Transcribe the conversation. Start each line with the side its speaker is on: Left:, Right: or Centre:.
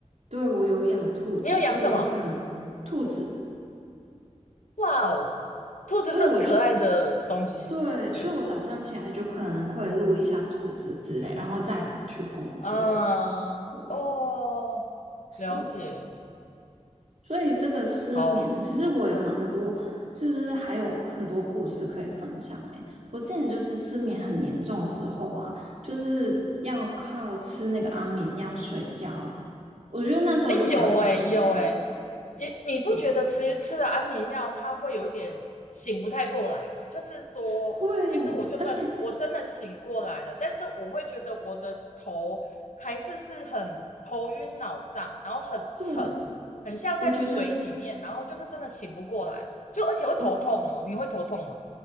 Right: 对我有养兔子，
Left: 你有养什么？
Right: 所以我就可能兔子，
Left: 哇哦，兔子是很可爱的东西。
Right: 所以我就对，
Left: 对。
Right: 所以我早上起来就可能会录一下兔子之类，然后再去工作。
Left: 嗯，
Right: 对，
Left: 哦，了解，
Right: 是。所以这个失眠，
Left: 好啊，
Right: 其实我也蛮多，就是还有很多故事可以分享诶。我之前就是失眠很严重的时候啊，就是要靠吃那个安眠药睡觉，我觉得那时候就比较惨呢。
Left: 哎，有哎，有哎，你你不觉得其实吃了安眠药，
Right: 对啊，
Left: 它会有一点醒不太过来嘛？就是说，
Right: 会，
Left: 其实我就算我真的醒过来了，
Right: 而且
Left: 但是我会觉得我的头还是是很头晕脑胀，然后很沉，
Right: 对，
Left: 很像在水里面，
Right: 我觉得。
Left: 然后就是真的醒不过来，就而且会头痛哦，
Right: 我。
Left: 你会头痛吗？